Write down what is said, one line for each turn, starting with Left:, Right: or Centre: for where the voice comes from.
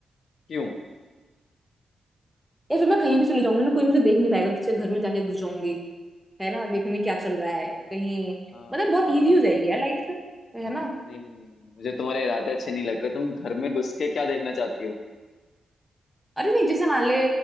Left: क्यों
Centre: या फिर मैं कहीं भी चली जाऊंगी ना कोई मुझे देख नहीं पाएगा किसी के घर में जाके घुस जाऊंगी है ना देखूंगी क्या चल रहा है कहीं
Left: अह,
Centre: मतलब बहुत इजी हो जाएगी यार लाइफ है ना
Left: नहीं नहीं नहीं नहीं, मुझे तुम्हारे इरादे अच्छे नहीं लग रहे तुम घर में घुस के क्या देखना चाहती हो
Centre: अरे नहीं जैसे मान ले